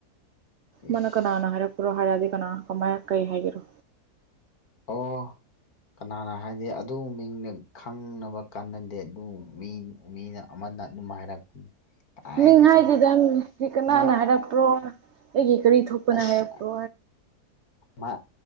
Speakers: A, on the left; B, on the right.
A: ꯏꯁ
B: ꯃꯥꯅ ꯀꯅꯥꯅꯣ ꯍꯥꯏꯔꯛ ꯄꯨꯔꯣ ꯍꯥꯏꯔꯛꯗꯤ ꯀꯅꯥ ꯀꯃꯥꯏꯅ ꯀꯩ ꯍꯥꯏꯒꯦꯔꯣ
A: ꯑꯣ ꯀꯅꯥꯅ ꯍꯥꯏꯗꯤ ꯑꯗꯨ ꯃꯤꯡꯅ ꯈꯪꯅꯕ ꯀꯥꯟꯅꯗꯦ ꯑꯗꯨ ꯃꯤ ꯃꯤꯅ ꯑꯃꯅ ꯑꯗꯨꯝ ꯍꯥꯏꯔꯛꯄꯅꯤ ꯀꯥꯏꯅꯀꯣ
B: ꯃꯤꯡ ꯍꯥꯏꯗꯨꯗꯪ ꯀꯅꯥꯅ
A: ꯃꯥ
B: ꯍꯥꯏꯔꯛꯄ꯭ꯔꯣ ꯑꯩꯒꯤ ꯀꯔꯤ ꯊꯣꯛ ꯄꯨꯅ
A: ꯑꯁ
B: ꯍꯥꯏꯔ ꯄ꯭ꯔꯣ
A: ꯃꯥ